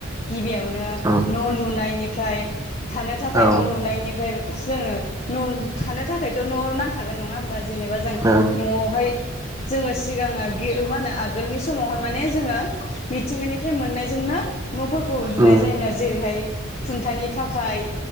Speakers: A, on the left (about 30°); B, on the right (about 15°).
A: गिबियावनो
B: उम
A: न' लुनायनि, ओमफ्राय, थानो थाखाय
B: उम औ
A: न' लुनायनिफ्राय, जोङो न' थानो थाखायथ' न' नांखागोन नङा होमबा, जेनेबा जों
B: औ
A: न'आवहाय जोङो सिगाङा मा होनो आगोलनि समावहाय माने बे जोङो मिथिंगानिफ्राय मोननायजोंनो न'फोरखौ लुनाय
B: उम
A: जायोमोन आरो जेरैहाय खुन्थानि थाखाय